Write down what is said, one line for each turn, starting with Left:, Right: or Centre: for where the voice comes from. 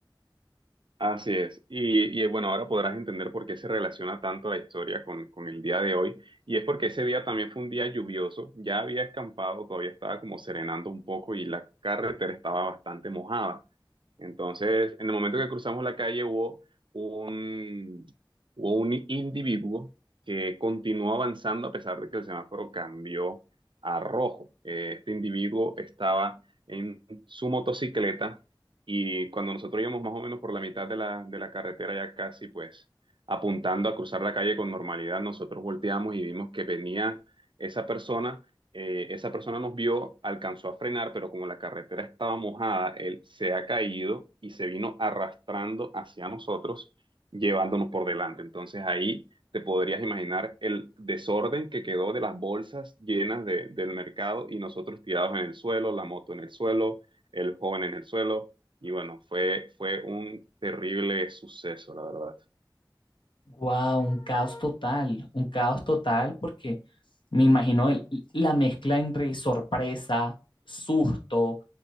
Right: Así es. Y, y, bueno, ahora podrás entender por qué se relaciona tanto la historia con, con el día de hoy. Y es porque ese día también fue un día lluvioso. Ya había escampado, todavía estaba como serenando un poco y la carretera estaba bastante mojada. Entonces, en el momento que cruzamos la calle hubo un, hubo un individuo que continuó avanzando a pesar de que el semáforo cambió a rojo. Eh, este individuo estaba en su motocicleta y cuando nosotros íbamos más o menos por la mitad de la, de la carretera, ya casi pues apuntando a cruzar la calle con normalidad, nosotros volteamos y vimos que venía esa persona. eh, esa persona nos vio, alcanzó a frenar, pero como la carretera estaba mojada, él se ha caído y se vino arrastrando hacia nosotros, llevándonos por delante. Entonces ahí te podrías imaginar el desorden que quedó de las bolsas llenas de- del mercado y nosotros tirados en el suelo, la moto en el suelo, el joven en el suelo. Y bueno, fue, fue un terrible suceso, la verdad.
Left: Wow, un caos total, un caos total porque me imagino el- la mezcla entre sorpresa, susto,